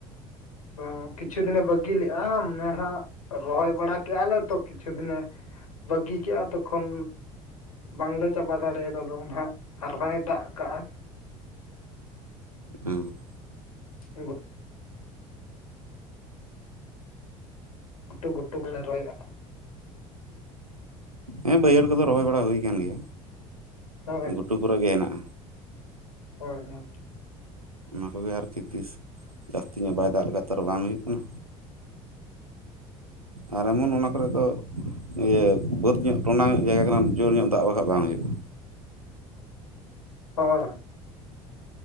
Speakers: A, on the left (about 80°); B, on the right (about 85°).
A: ᱟ ᱠᱤᱪᱷᱩ ᱫᱤᱱᱮ ᱵᱟᱹᱜᱤ ᱞᱮᱜᱼᱟ ᱢᱟᱱᱮ ᱦᱟᱸᱜ ᱨᱚᱦᱚᱭ ᱵᱟᱲᱟ ᱠᱮᱜᱼᱟ ᱞᱮ ᱛᱚ ᱠᱤᱪᱷᱩ ᱫᱤᱱᱮᱼᱼ ᱵᱟᱹᱜᱤ ᱠᱮᱫᱼᱟ ᱛᱚᱠᱷᱚᱱᱼᱼ ᱵᱟᱝᱞᱮ ᱪᱟᱵᱟ ᱫᱟᱲᱮᱭᱟᱫᱟ ᱫᱚ ᱱᱟᱦᱟᱜ ᱟᱨᱦᱚᱸᱭ ᱫᱟᱜ ᱠᱟᱜᱼᱟ᱾
B: ᱦᱩᱸ᱾
A: <inaudible> ᱜᱷᱩᱴᱩ ᱜᱷᱩᱴᱩ ᱠᱚᱞᱮ ᱨᱚᱦᱚᱭ‌ᱮᱜ-ᱟ᱾
B: ᱩᱸ ᱵᱟᱹᱭᱦᱟᱹᱲ ᱠᱚᱫᱚ ᱨᱚᱦᱚᱭ ᱵᱟᱲᱟ ᱦᱩᱭ ᱠᱟᱱ ᱜᱮᱭᱟ᱾
A: ᱦᱳᱭ <unintelligible>
B: ᱜᱷᱩᱴᱩ ᱠᱚᱨᱮ ᱜᱮ ᱦᱮᱱᱟᱜᱼᱟ
A: ᱦᱳᱭ ᱦᱚᱸ
B: ᱚᱱᱟ ᱠᱚᱜᱮ ᱟᱨᱠᱤ ᱛᱤᱥ? ᱡᱟᱹᱥᱛᱤ ᱧᱚᱜ ᱵᱟᱭ ᱫᱟᱜ ᱞᱮᱠᱷᱟᱡ ᱛᱚ ᱟᱨ ᱵᱟᱝ ᱦᱩᱭᱩᱜ ᱠᱟᱱᱟ᱾ ᱟᱨ ᱮᱢᱚᱱ ᱚᱱᱟ ᱠᱚᱨᱮ ᱫᱚ ᱤᱭᱟᱹ ᱵᱟᱹᱫ ᱧᱚᱜ ᱴᱚᱸᱰᱟᱝ ᱧᱚᱜ ᱡᱟᱭᱜᱟ ᱠᱟᱱᱟ ᱡᱳᱨ ᱧᱚᱜ ᱫᱟᱜ ᱵᱟᱠᱷᱟᱡ ᱵᱟᱝ ᱦᱩᱭᱩᱜᱼᱟ᱾
A: ᱦᱳᱭ ᱦᱚ